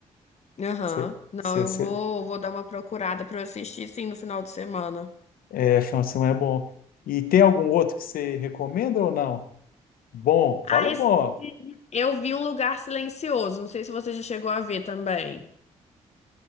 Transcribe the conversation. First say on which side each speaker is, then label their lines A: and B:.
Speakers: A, on the left; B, on the left.
A: Aham.
B: Cê,
A: Não,
B: cê,
A: eu vou,
B: cê,
A: vou dar uma procurada pra eu assistir sim no final de semana.
B: é, final de semana é bom. E tem algum outro que você recomenda ou não? Bom,
A: Ah,
B: falo
A: esse...
B: bom.
A: eu vi Um Lugar Silencioso. Não sei se você já chegou a ver também.